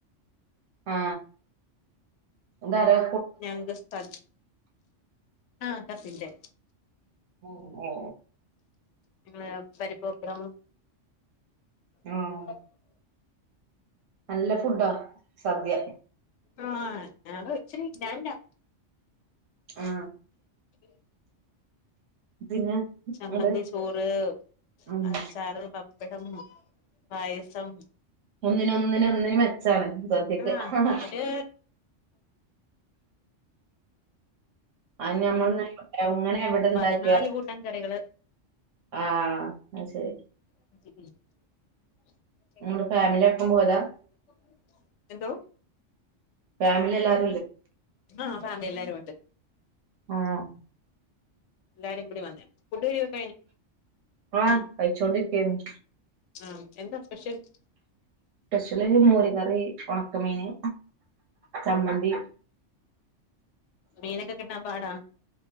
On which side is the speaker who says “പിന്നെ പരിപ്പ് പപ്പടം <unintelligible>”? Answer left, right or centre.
Left